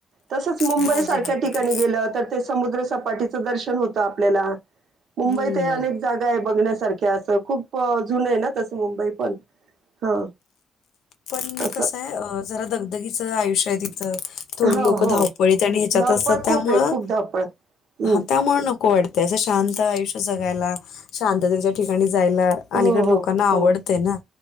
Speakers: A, on the right (about 60°); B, on the left (about 80°).
A: तसंच मुंबई
B: हा
A: सारख्या
B: जेणेकरून
A: ठिकाणी गेलं तर समुद्र सपाटीच दर्शन होत आपल्याला मुंबईत
B: हम्म.
A: अ जागा आहे बघण्यासारख्या असं खूप जुन आहे ना तसं मुंबई पण हा.
B: पण
A: असं
B: कसं आहे जरा दगधगीचं आयुष्य तिथं. थोडी
A: हो
B: लोक
A: हो
B: धावपळीत आणि ह्याच्यात
A: धावपळ
B: असतात त्यामुळं
A: खूप आहे खूप धावपळ हम्म
B: हा त्यामुळ नको. खूप आवाडते असं शांत आयुष्य जगायला शांततेच्या ठिकाणी जायला. अलीकड
A: हो
B: लोकांना
A: हो
B: आवडतेय
A: हो
B: ना